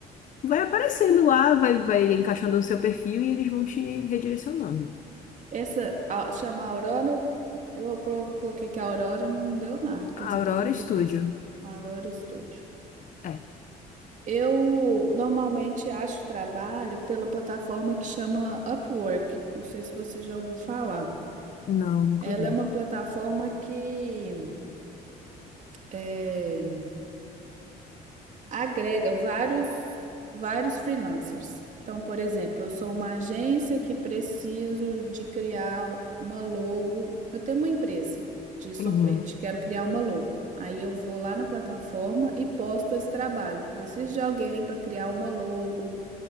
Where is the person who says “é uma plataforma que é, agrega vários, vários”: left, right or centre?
Right